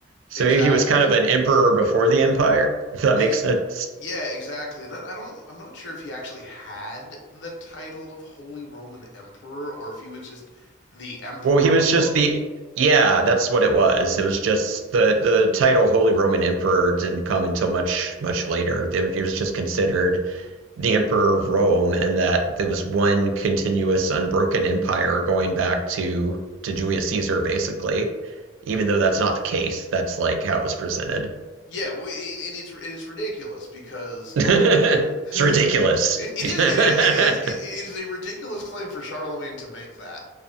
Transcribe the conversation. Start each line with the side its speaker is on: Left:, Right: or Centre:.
Right: So
Left: Exactly.
Right: maybe he was kind of an emperor before the empire, <laughs> if that
Left: Ex-
Right: makes sense.
Left: yeah, exactly. And I, I don't, I'm not sure if he actually had the title of Holy Roman Emperor or if he was just the Emperor
Right: Well, he
Left: of
Right: was
Left: Rome.
Right: just the yeah, that's what it was. It was just the the title Holy Roman Emperor didn't come until much much later. They- He was just considered the Emperor of Rome, and that there was one continuous, unbroken empire going back to to Julius Caesar, basically. Even though that's not the case, that's like how it was presented.
Left: Yeah, well, it- and it's it's ridiculous because
Right: <laughs> it's
Left: like <laughs> it,
Right: ridiculous.
Left: it
Right: <laughs> yeah.
Left: is it is it is it, it is a ridiculous claim for Charlemagne to make that